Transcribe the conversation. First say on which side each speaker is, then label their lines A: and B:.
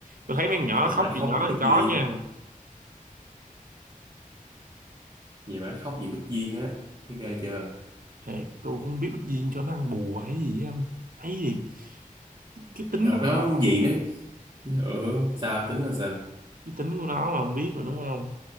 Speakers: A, on the right; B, on the right.
A: tôi thấy mấy con nhỏ nó
B: vậy
A: khóc
B: mà nó
A: vì
B: khóc
A: nó
B: vì
A: thì
B: Bích
A: có
B: Duyên
A: nha
B: á vậy mà nó khóc vì Bích Duyên á thấy ghê chưa
A: thiệt tôi cũng không biết Bích Duyên cho nó ăn bùa hay gì á không thấy gì cái, cái
B: thì
A: tính
B: đợt
A: của thằng
B: đó
A: đó
B: gì
A: mà.
B: nữa ừ, sao tính là sao
A: cái tính của nó mà không biết mà đúng không